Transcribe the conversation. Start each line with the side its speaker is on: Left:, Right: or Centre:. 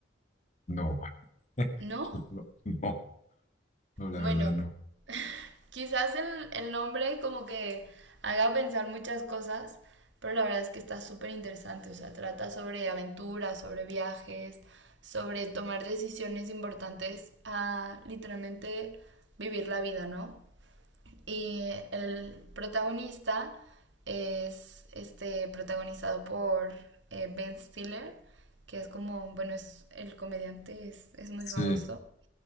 Left: No, <laughs>
Right: ¿No?
Left: no, no, no, la
Right: Bueno,
Left: verdad no.
Right: Quizás el, el nombre como que haga pensar muchas cosas, pero la verdad es que está súper interesante, o sea, trata sobre aventuras, sobre viajes, sobre tomar decisiones importantes a literalmente vivir la vida, ¿no? Y el protagonista es este, protagonizado por eh, Ben Stiller, que es como, bueno, es el comediante, es, es muy
Left: Sí.
Right: famoso.